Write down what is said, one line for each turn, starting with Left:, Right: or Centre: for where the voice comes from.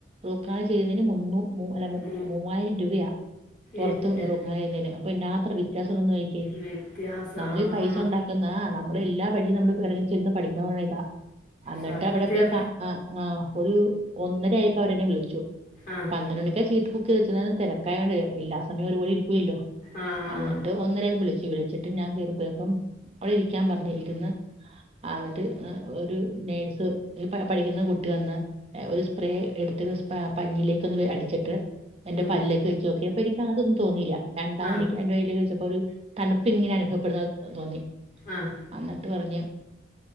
Right: റൂക്കനാല് ചെയ്യുന്നതിന് മുന്നൂ മൂ അല്ല
Left: മു
Right: മൂവായിരം രൂപയാ പുറത്ത്
Left: എൻ്റെ
Right: റക്കാനൽചെയുന്നതിന്. അപ്പൊ <unintelligible> <unintelligible>
Left: വ്യത്യാസം
Right: നമ്മളി
Left: ആഹ്
Right: ഈ പൈസ ഉണ്ടാക്ക്ന്ന നമ്മളെല്ലാ ഇല വഴി നമ്മള് വിറങ്ങും ചെന്ന് പഠിക്ക പറഞ്ഞ ഇ <unintelligible>
Left: സത്യം
Right: ട്ട് അവിടെ പോയി ആ് ഒരു ഒന്നര ആയപ്പൊ അവരെന്നെ വിളിച്ചു.
Left: ആഹ്
Right: പന്ത്രണ്ട് മണിക്കാണ് ചീറ്റ് ബുക്ക് ചോയ്ച്ച തിരകായോണ്ട് എല്ലാ സമയം ഒരുപോടി പോല്ലോ
Left: ആഹ് ആഹ്
Right: എന്നിട്ട് ഒന്നര വിളിച്ചു വിളിച്ചിട്ട് ഞാൻ <unintelligible> ഇരിക്കാൻ പറഞ്ഞഞ് ഇരുന്ന് എന്നിട്ട് ഒരു നേഴ്സ് പഠിക്കുന്ന കുട്ടി വന്ന് ഒരു സ്പ്രേ എടു <unintelligible> പഞ്ഞിയിലേക്ക് ഒന്ന് അടിച്ചിട്ട് എന്റെ
Left: ഉം
Right: പല്ലേക്ക് വെച്ചു നോക്കി അപ്പ എനിക്ക് അതൊന്നും തോന്നില്ല രണ്ടാമത്
Left: ആഹ്
Right: എനിക്ക് എന്റെ കയ്യിലേക്ക് വെച്ചപ്പോ ഒരു തണുപ്പ് ഇങ്ങനെ അനുഭവപ്പെടുന്നത് തോന്നി
Left: ആഹ്
Right: എന്നിട്ട് പറഞ്ഞ്